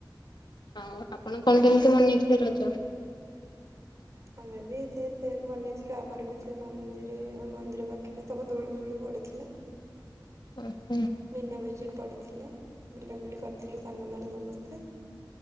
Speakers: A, on the left; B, on the right.
A: ହଉ ଆପଣ କଣ କେମିତି ମନେଇଥିଲେ ରଜ?
B: ଆମେ ବି ହେଥିରେ ଫିର ମନେଇଥିଲୁ ଆମର ବି ସେ ମନ୍ଦିରେ ମନ୍ଦିର ପାଖରେ ସବୁ ଦୁଳି ଫୁଳି ପଡିଥିଲା।
A: ଓ ହୁଁ।
B: ମୀନା ବଜାର ପଡିଥିଲା ବୁଲାବୁଲି କରିଥିଲୁ ସାଙ୍ଗମାନେ ସମସ୍ତେ।